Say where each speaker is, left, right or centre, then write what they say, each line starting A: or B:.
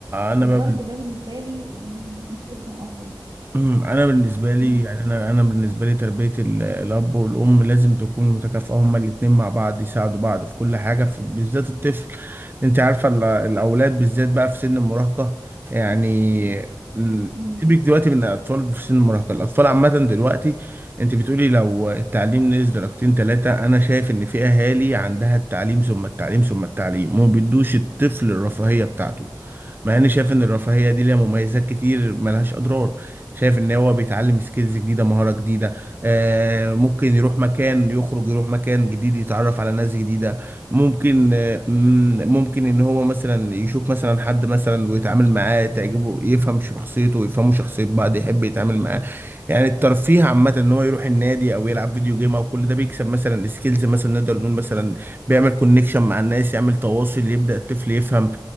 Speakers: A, on the right; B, on the right.
A: انا
B: الضرب
A: بقى
B: ده بالنسبه لي يعني مش اوبشن اصلا
A: أمم، انا بالنسبه لي
B: امم
A: يعني انا انا بالنسبه لي تربيه ال- الاب والام لازم تكون متكافئه هما الاتنين مع بعض يساعدوا بعض في كل حاجه في بالذات الطفل انت عارفه ال- الاولاد بالذات بقى في سن المراهقه يعني ال-
B: امم
A: سيبك دلوقتي من الاطفال في سن المراهقه الاطفال عامه دلوقتي انت بتقولي لو التعليم نزل درجتين ثلاثه انا شايف ان في اهالي عندها التعليم ثم التعليم ثم التعليم ما بيدوش الطفل الرفاهيه بتاعته مع اني شايف ان الرفاهيه دي ليها مميزات كتير ملهاش اضرار شايف ان هو بيتعلم سكيلز جديده مهاره جديده آه ممكن يروح مكان يخرج يروح مكان جديد يتعرف على ناس جديده ممكن آه مم، ممكن ان هو مثلا يشوف مثلا حد مثلا ويتعامل معاه تعجبه يفهم شخصيته ويفهموا شخصيه بعض يحب يتعامل معاه يعني الترفيه عامه ان هو يروح النادي او يلعب فيديو جيم او كل ده بيكسب مثلا سكيلز مثلا نقدر نقول مثلا بيعمل كونكشن مع الناس يعمل تواصل يبدا الطفل يفهم